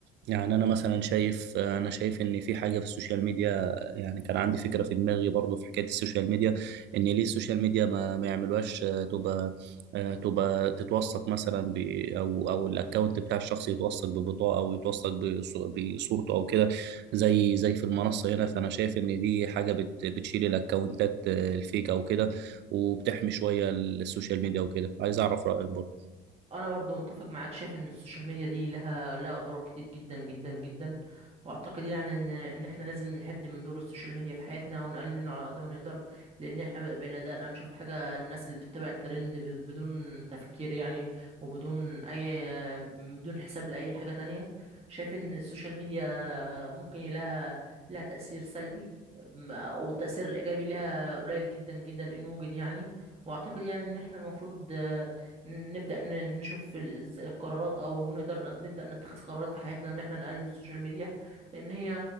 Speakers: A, on the right (about 65°); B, on the right (about 30°).
A: يعني انا مثلا شايف انا شايف ان في حاجه في السوشيال ميديا يعني كان عندي فكره في دماغي برضو في حكايه السوشيال ميديا ان ليه السوشيال ميديا ما, ما يعملوهاش آه، تبقى آه، تبقى تتوثق مثلا ب او او الاكونت بتاع الشخص يتوثق ببطاقه او يتوثق بص- بصورته او كده زي زي في المنصه هنا فانا شايف ان دي حاجه بت بتشيل الاكونتات آه، الفيك او كده وبتحمي شويه السوشيال ميديا وكده عايز اعرف رايك برضو
B: انا برضو متفق معاك شايف ان السوشيال ميديا دي لها لها اضرار كتير جدا جدا جدا واعتقد يعني ان ان احنا لازم نحد من دور السوشيال ميديا في حياتنا ونقلل منه على قد ما نقدر لان احنا بقينا دقنا نشوف حاجه الناس اللي بتتبع الترند ب- بدون تفكير يعني وبدون اي بدون حساب لاي حاجه تانية شايف ان السوشيال ميديا ممكن لها لها تأثير سلبي م- أو التأثير الإيجابي لها قليل جدا جدا إن وجد يعني وأعتقد يعني إن إحنا المفروض آه، نبدأ ن- نشوف ال- إز- القرارات أو نقدر ن- نبدأ نتخذ قرارات في حياتنا إن إحنا نقلل من السوشيال ميديا لأن هي